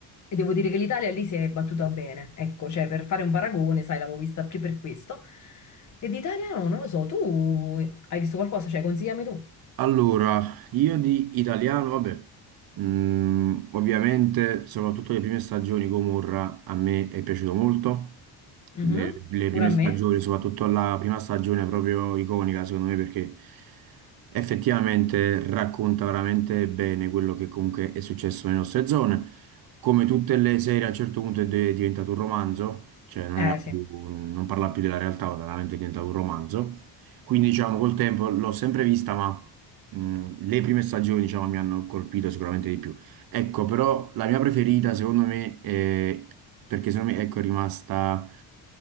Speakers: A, on the left; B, on the right.
A: e devo dire che l'Italia lì si è battuta bene. Ecco, cioè per fare un paragone, sai, l'avevo vista più per questo. E di italiano non lo so, tu hai visto qualcosa? Cioè, consigliami tu.
B: Allora, io di italiano, vabbè, mm, ovviamente soprattutto le prime stagioni Gomorra a me è piaciuto molto,
A: Mhm,
B: le, le prime
A: Pure a me?
B: stagioni, soprattutto la prima stagione è proprio iconica secondo me perché effettivamente racconta veramente bene quello che comunque è successo nelle nostre zone, come tutte le serie a un certo punto è de- diventato un romanzo, cioè non
A: Eh
B: era
A: sì.
B: più- non parla più della realtà, ma veramente è diventato un romanzo. Quindi diciamo col tempo l'ho sempre vista, ma mh, le prime stagioni diciamo, mi hanno colpito sicuramente di più. Ecco, però la mia preferita secondo me è perché secondo me ecco, è rimasta